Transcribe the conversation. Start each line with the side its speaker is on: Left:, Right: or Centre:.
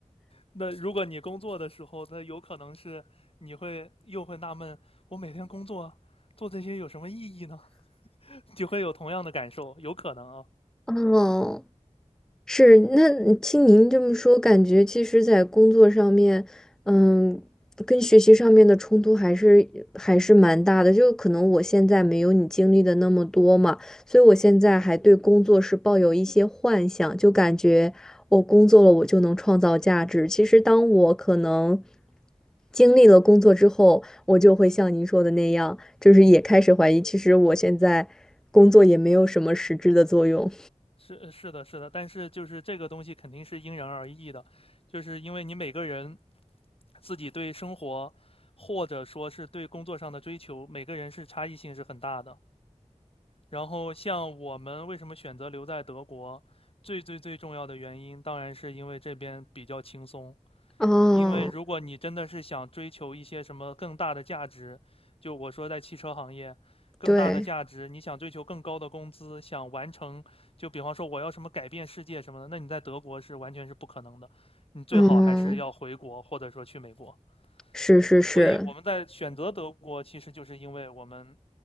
Left: 那如果你工作的时候，那有可能是你会又会纳闷，我每天工作做这些有什么意义呢？就会有同样的感受，有可能啊，
Centre: 哦，是，那你听您这么说，感觉其实，在工作上面，嗯，跟学习上面的冲突还是还是蛮大的。就可能我现在没有你经历的那么多嘛，所以我现在还对工作是抱有一些幻想，就感觉我工作了，我就能创造价值。其实，当我可能经历了工作之后，我就会像您说的那样，就是也开始怀疑，其实我现在工作也没有什么实质的作用。
Left: 是是的，是的，但是就是这个东西肯定是因人而异的，就是因为你每个人自己对生活或者说是对工作上的追求，每个人是差异性是很大的。然后像我们为什么选择留在德国，最最最重要的原因当然是因为这边比较轻松，
Centre: 哦，
Left: 因为如果你真的是想追求一些什么更大的价值，就我说在汽车行业，更大的价值，
Centre: 对。
Left: 你想追求更高的工资，想完成，就比方说我要什么改变世界什么的，那你在德国是完全是不可能的，你最好还是要回国或者说去美国。
Centre: 嗯，是是是
Left: 所以我们在选择德国，其实就是因为我们，